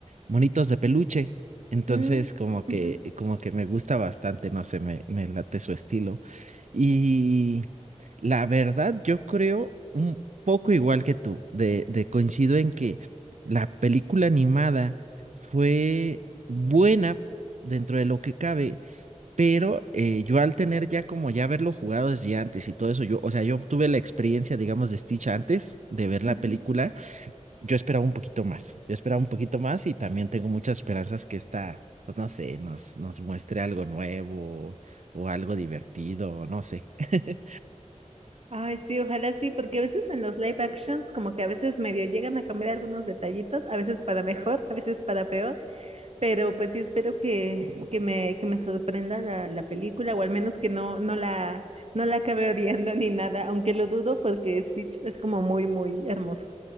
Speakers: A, on the right; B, on the right.
A: monitos de peluche. Entonces,
B: Mm,
A: como que,
B: ujú,
A: como que me gusta bastante, no sé, me, me late su estilo. Y la verdad, yo creo un poco igual que tú, de, de coincido en que. La película animada fue buena dentro de lo que cabe, pero eh, yo al tener ya como ya haberlo jugado desde antes y todo eso, yo, o sea, yo tuve la experiencia, digamos, de Stitch antes de ver la
B: ujú.
A: película, yo esperaba un poquito más, yo esperaba un poquito más y también tengo muchas esperanzas que esta, pues no sé, nos, nos muestre algo nuevo o algo divertido, no sé. <laughs>
B: Ay, sí, ojalá sí, porque a veces en los live actions como que a veces medio llegan a cambiar algunos detallitos, a veces para mejor, a veces para peor. Pero pues sí espero que, que me, que me sorprenda la, la película, o al menos que no, no la, no la acabe <laughs> odiando ni nada, aunque lo dudo porque Stitch es como muy, muy hermoso.